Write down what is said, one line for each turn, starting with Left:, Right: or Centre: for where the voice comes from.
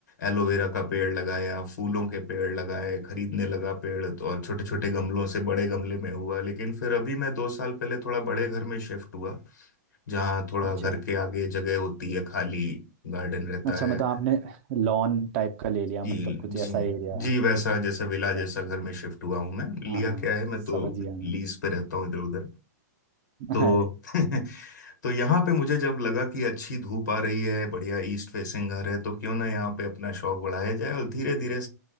Left: एलोवेरा का पेड़ लगाया फूलों के पेड़ लगाए खरीदने लगा पेड़ तो और छोटे छोटे गमलों से बड़े गमले में हुआ लेकिन फिर अभी मैं दो साल पहले थोड़ा बड़े घर में शिफ्ट हुआ जहाँ थोड़ा
Right: अच्छा
Left: घर के आगे जगह होती है खाली गार्डन रहता
Right: अच्छा
Left: है
Right: मतलब आपने लॉन टाइप का ले लिया
Left: जी
Right: मतलब कुछ
Left: जी
Right: ऐसा एरिया
Left: जी वैसा जैसे
Right: अच्छा
Left: विला जैसा घर में शिफ्ट हुआ हूं मैं
Right: हाँ
Left: लिया
Right: हाँ
Left: क्या है मैं
Right: समझ
Left: तो
Right: गया मैं
Left: लीज पे रहता हूँ इधर उधर तो
Right: अरे
Left: <laughs> तो यहाँ पे मुझे जब लगा कि अच्छी धूप आ रही है बढ़िया ईस्ट फेसिंग घर है तो क्यों ना यहाँ पे अपना शौक बढ़ाया जाए और धीरे धीरे